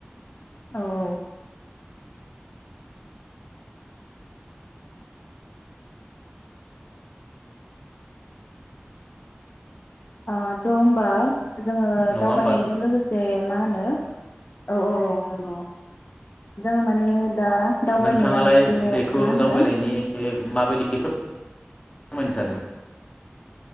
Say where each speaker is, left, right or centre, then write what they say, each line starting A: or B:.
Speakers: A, on the left (about 50°); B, on the left (about 25°).
A: औ आ ज अमबा जोङो
B: नङा
A: दावबायनायजों
B: होमबा
A: लोगोसे मा होनो औ औ औ नंगौ। जोङो माने दा दावबायनाया
B: नोंथाङालाय
A: मोनसे मा
B: बेखौ
A: होनगोन
B: दावबायनायनि माबायदि बेफोर फोरमायनो सानो